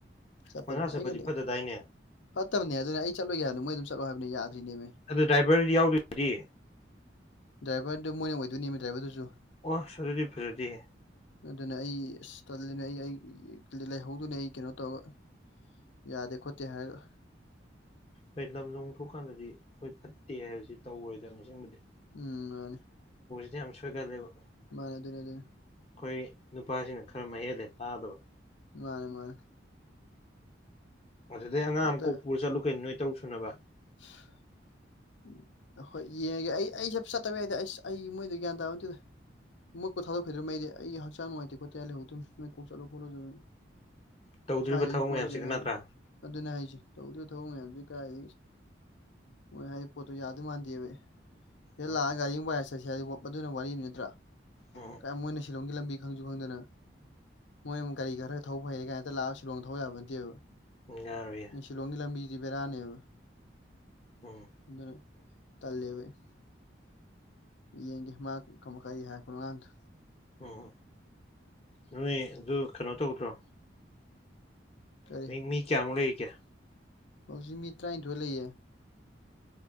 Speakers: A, on the left (about 75°); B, on the left (about 30°).
A: ꯆꯠꯄꯗꯣ
B: ꯃꯉꯥ ꯆꯠꯄꯗꯤ
A: ꯑꯩꯅꯗꯤ
B: ꯐꯗꯗꯥꯏꯅꯦ
A: ꯐꯠꯇꯕꯅꯦ ꯑꯗꯨꯅ ꯑꯩ ꯆꯠꯂꯨꯒꯦ ꯍꯥꯏꯕꯗꯣ ꯃꯣꯏ ꯑꯗꯨꯝ ꯆꯠꯂꯣ ꯍꯥꯏꯕ ꯑꯗꯨꯅꯌꯥ
B: ꯑꯗꯨ ꯗ꯭ꯔꯥꯏꯚꯔꯗꯤ ꯌꯥꯎꯗꯣꯏꯗꯤ
A: ꯗ꯭ꯔꯥꯏꯚꯔꯗ ꯃꯣꯏꯅ ꯑꯣꯏꯗꯣꯏꯅꯦꯃꯤ ꯗ꯭ꯔꯥꯏꯕꯔꯗꯨꯁꯨ
B: ꯑꯣ ꯁꯔꯗꯤ ꯐꯔꯦꯗꯤꯍꯦ
A: ꯑꯗꯨꯅ ꯑꯩ ꯑꯁ ꯇꯜꯂꯤꯅ ꯑꯩ ꯑꯩ ꯂꯩꯍꯧꯗꯨꯅ ꯑꯩ ꯀꯩꯅꯣ ꯇꯧꯔꯒ ꯌꯥꯗꯦ ꯈꯣꯠꯇꯦ ꯍꯥꯏꯔꯒ
B: ꯍꯣꯏ ꯂꯝꯗꯣꯡ ꯊꯣꯛꯀꯥꯟꯗꯗꯤ ꯑꯩꯈꯣꯏ ꯐꯠꯇꯦ ꯍꯥꯏꯕꯁꯤ ꯇꯧꯔꯔꯣꯏꯗꯕ ꯅꯤꯡꯁꯤꯡꯕꯗꯤ
A: ꯎꯝ ꯑꯗꯨꯅꯤ
B: ꯑ ꯑꯃꯁꯁ ꯑꯣꯏꯒ ꯂꯩꯦꯣ
A: ꯔ ꯑꯗꯨꯔ ꯑꯗꯨ ꯑꯗꯨꯔ
B: ꯑꯩꯈꯣꯏ ꯅꯨꯄꯥꯁꯤꯅ ꯈꯔ ꯃꯍ ꯍꯦꯜꯂꯦ ꯇꯥꯗꯕ
A: ꯃꯥꯅꯦ ꯃꯥꯅꯦ
B: ꯑꯗꯨꯗꯩ ꯑꯉꯥꯡ
A: ꯍꯦꯛꯇ
B: ꯑꯃ ꯀꯣꯛꯄꯨꯔ ꯆꯠꯂꯨ ꯀꯩꯅꯣꯅ‌ꯦ ꯇꯧ ꯁꯨꯅꯕ
A: <unintelligible> ꯎ ꯍꯣꯏ ꯌꯦꯡꯉꯒꯦ ꯑꯩ ꯑꯩꯁꯦ ꯆꯠꯇꯕ ꯌꯥꯏꯗꯗꯤ ꯑꯁ ꯑꯩ ꯃꯣꯏꯗ ꯒ꯭ꯌꯥꯟ ꯇꯥꯕ ꯑꯗꯨꯗ ꯃꯣꯏ ꯀꯣ ꯊꯥꯗꯣꯛꯈꯤꯗꯧꯩꯗꯤ ꯑꯩ ꯍꯛꯆꯥꯡ ꯅꯨꯡꯉꯥꯏꯇꯦ ꯈꯣꯠꯇ ꯂꯩꯍꯧꯗꯣꯅꯤ ꯅꯣꯏ ꯀꯣꯛ ꯆꯠꯂꯣ ꯈꯣꯠꯂꯣꯗꯧꯅꯤ
B: ꯇꯧꯗꯣꯔꯤꯕ
A: ꯁ ꯑꯩꯅ
B: ꯊꯕꯛ
A: ꯀꯣꯏꯁꯦꯅ
B: ꯃꯌꯥꯝꯁꯤꯒ ꯅꯠꯇ꯭ꯔꯥ
A: ꯑꯗꯨꯅꯦ ꯍꯥꯏꯁꯦ ꯇꯧꯗ ꯊꯧꯃꯌꯥꯝꯖꯤ ꯀꯥꯏ ꯃꯣꯏ ꯍꯥꯏ ꯄꯣꯠꯇꯣ ꯌꯥꯗꯣꯏ ꯃꯥꯟꯗꯦꯕ ꯍ‌ꯦꯂꯥꯑꯥ
B: ꯎꯝ
A: ꯒꯥꯔꯤ ꯄꯁꯦ ꯆꯠꯁ ꯍꯥꯏꯗꯤ ꯑꯗꯨꯅ ꯋꯥꯔꯤꯅꯤ ꯅꯠꯇ꯭ꯔꯥ
B: ꯎꯝ
A: ꯀ ꯃꯣꯏꯅ ꯁꯤꯂꯣꯡꯒꯤ ꯂꯝꯕꯤ ꯈꯪꯖꯨ ꯈꯪꯗꯅ ꯃꯣꯏ ꯑꯃꯨꯛ ꯒꯥꯔꯤ ꯈꯔ ꯊꯧꯕ ꯍꯩꯔꯦ ꯀꯥꯏ ꯍꯦꯇ ꯂꯥꯛꯑꯒ ꯁꯤꯂꯣꯡ ꯊꯧꯕ ꯌꯥꯕ ꯅꯠꯇꯦꯕ꯫
B: ꯎꯝ ꯌꯥꯔꯣꯏꯌꯦ
A: ꯁꯤꯂꯣꯡꯒꯤ ꯂꯝꯕꯤ ꯖꯤ ꯕꯦꯔꯥꯅꯦꯕ꯫
B: ꯎꯝ꯫
A: ꯑꯗꯨꯅ ꯇꯜꯂꯦꯕ ꯑꯩ꯫ ꯌꯦꯡꯒꯦ ꯃ ꯥ ꯀꯔꯤ ꯍꯥꯏꯔꯛꯄꯅꯣ <unintelligible>
B: ꯎꯝ꯫ ꯅꯣꯏ ꯑꯗꯨ ꯀꯩꯅꯣ ꯇꯧꯗ꯭ꯔꯣ꯫
A: ꯀꯔꯤ
B: ꯃꯤ ꯃꯤ ꯀꯌꯥꯃꯨꯛ ꯂꯩ <unintelligible>
A: ꯍꯧꯖꯤꯛ ꯃꯤ ꯇ꯭ꯔꯥꯏꯟꯊꯣꯏ ꯂꯩꯌꯦ꯫